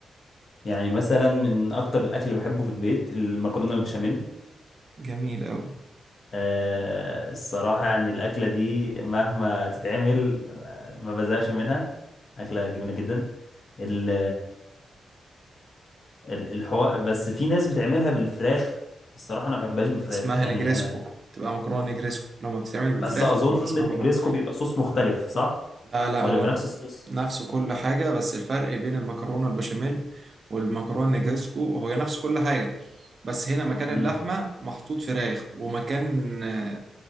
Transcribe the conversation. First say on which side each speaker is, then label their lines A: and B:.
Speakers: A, on the left; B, on the right.
A: يعني مثلا من اكتر الاكل اللي بحبه في البيت المكرونه البشاميل
B: جميل قوي
A: أه الصراحه يعني الاكله دي مهما تتعمل آه، ما بزهقش منها اكله جميله جدا ال الحوار بس في ناس بتعملها بالفراخ الصراحة أنا ما بحبهاش بالفراخ
B: اسمها
A: يعني
B: نجريسكو
A: أنا
B: تبقى مكرونة نجريسكو لما بتتعمل بالفراخ
A: بس أظن
B: بيبقى اسمها
A: النجريسكو
B: مكرونة
A: بيبقى صوص مختلف صح؟
B: لا لا
A: ولا
B: هو
A: بيبقى
B: ن-
A: نفس الصوص؟
B: نفسه كل حاجة بس الفرق بين المكرونة البشاميل والمكرونة نجريسكو هو نفس كل حاجة بس هنا مكان اللحمة
A: امم
B: محطوط فراخ ومكان آه،